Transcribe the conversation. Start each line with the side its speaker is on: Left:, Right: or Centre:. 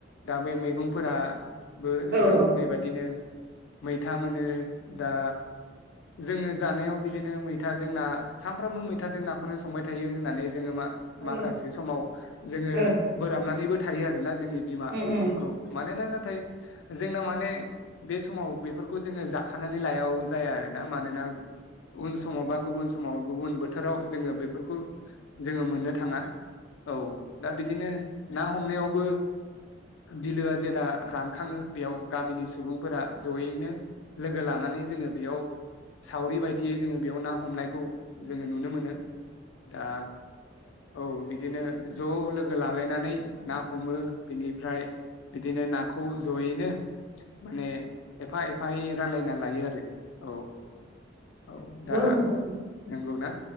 Left: दा बे मैगंफोराबो नोंथां
Right: औ ओ उम ओ उम औ
Left: बुंनाय बादिनो मैथा मोनो दा जोङो जानायाव बिदिनो मैथाजों ना सामफ्रामबो मैथाजों नाखौनो संबाय थायो होननानै जोङो मा
Right: औ
Left: माखासे समाव जोङो
Right: औ
Left: बोराबनानैबो थायो आरोना जोंनि बिमाफोरखौ
Right: नंगौ
Left: मानोना ना थाय जोंना माने बे समाव बेफोरखौ जोंङो जाखानानै लायाबाबो जाया आ ना मानोना उन‌ समाव बा गुबुन समाव गुबुन बोथोराव जोंङो बे बेफोरखौ जोंङो मोननो थाङा औ दा बिदिनो ना हमनायावबो बिलोआ जेला रानखाङो बेयाव गामिनि सुबुंफोरा जयैनो लोगो लानानै जोंङो बेयाव सावरि बायदियै जोंङो बेयाव ना हमनायखौ जोंङो नुनो मोनो दा औ बिदिनो ज लोगो लालायनानै ना हमो बिनिफ्राय बिदिनो नाखौ जयैनो माने एफा एफायै रानलायना लायो आरो। औ औ दा
Right: नंगौ औ
Left: नंगौ ना